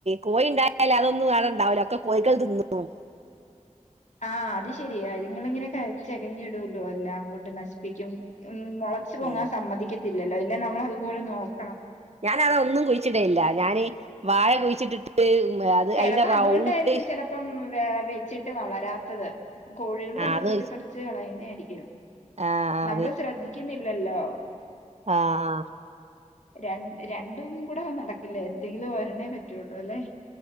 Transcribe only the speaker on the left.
ആഹ് അത് ശരിയാ ഇതിങ്ങള് ഇങ്ങനെ ചെകഞ്ഞിടുലോ അല്ലാം കൊണ്ട് നശിപ്പിക്കും ഉം മോള- ളച്ച് പോങ്ങാൻ
സമ്മതിക്കത്തില്ലല്ലോ ഇല്ലേ നമ്മള് അതുപോലെ നോക്കണം
ചെലപ്പോ
അതുകൊണ്ടായിരിക്കും ചെലപ്പോ- പ്പം വ വെച്ചിട്ട് വളരാത്തത് കോഴികൾ വന്ന്
കൊത്തിപ്പറിച്ച് കളയുന്ന ആയിരിക്കും
നമ്മള് ശ്രദ്ധിക്കുന്നില്ലല്ലോ
ര രണ്ടും കൂടെ നടക്കില്ലേ എന്തെങ്കിലും ഒരണ്ണമേ പറ്റുള്ളൂ അല്ലേ